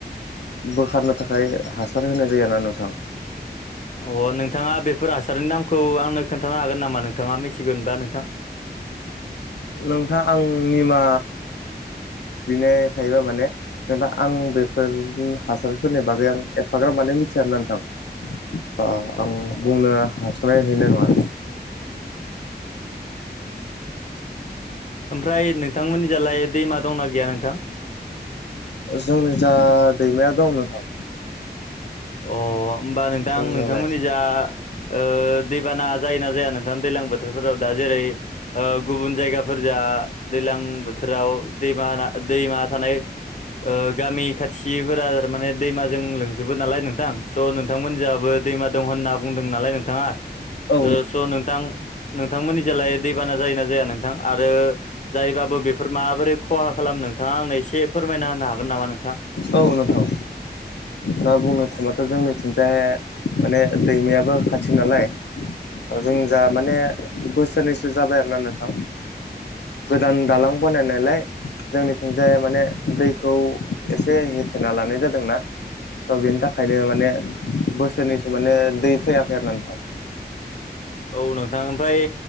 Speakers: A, on the left (about 80°); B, on the left (about 45°).
A: बोखारनो थाखाय हासार होनाय जायोना नोंथां
B: अ नोंथाङा बेफोर हासारनि नामखौ आंनो खोन्थानो हागोन नामा नोंथाङा मिथिगोनबा नोंथां?
A: नोंथाङा आं निमा बिनाय थायोबाय माने। नोंथां आं बेफोर हासारफोरनि बागै आं एफाग्राफ माने मिथिया आरोना नोंथां।
B: औ
A: आं
B: नोंथां
A: बुंनो हासनाय हैनाय नङा।
B: ओमफ्राय नोंथांमोननि जालाय दैमा दंना गैया नोंथां।
A: जोंनि जा दैमाया दं नोंथां
B: अ होमबा नोंथां
A: दंनायालाय
B: नोंथांमोननि जा ओ दैबाना जायोना जाया नोंथां दैज्लां बोथोराव दा जेरै ओ गुबुन जायगाफोरजा दैलां बोथोराव दैमा दैमा थानाय ओ गामि खाथिफोरा माने दैमाजों लोंजोबो नालाय नों नोंथां स' नोंथांमोन जाहाबो दैमा दं होनना बुंदों नालाय नोंथाङा
A: औ
B: स' नोंथां नोंथांमोननि जालाय दैबाना जायोना जाया नोंथां आरो जायबाबो बेफोर माबोरै खहा खालाम नोंथाङा आंनो एसे फोरमायना होनो हागोन नामा नोंथां।
A: औनोंथां। ना बुंनो थाङबाथ' जोंनिथिंजाय माने दैमायाबो खाथि नालाय जों जा माने बोसोरनैसो जाबाय आरोना नोंथां। गोदान दालां बानायनायलाय जोंनिथिंजाय माने दैखौ एसे हथेना लानाय जादोंना स' बिनि थाखायनो माने बोसोरनैसो माने दै फैयाखै आरो ना नोंथां।
B: औ नोंथां ओमफ्राय